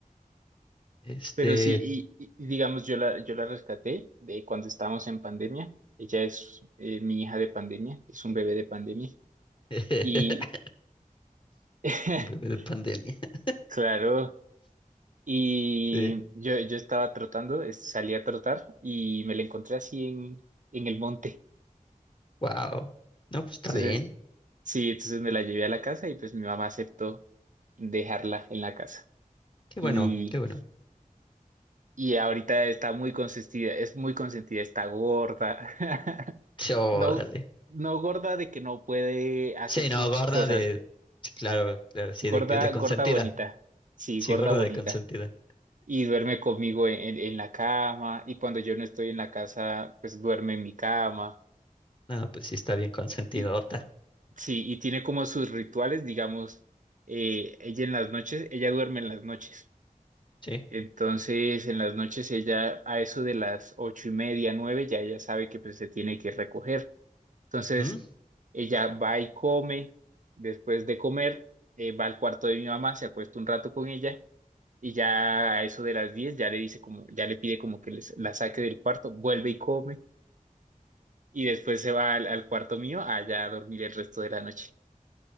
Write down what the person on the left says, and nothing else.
Este,
<laughs>
un bebé de pandemia. <laughs>
Sí.
Wow. No, pues está
bien.
Qué
bueno, qué bueno.
Sí, Órale.
Sí,
no, gorda
de. Sí, claro, claro, sí,
de, de consentida.
Sí,
gorda
de consentida.
No, pues sí está bien consentidota.
Sí.
Ujú.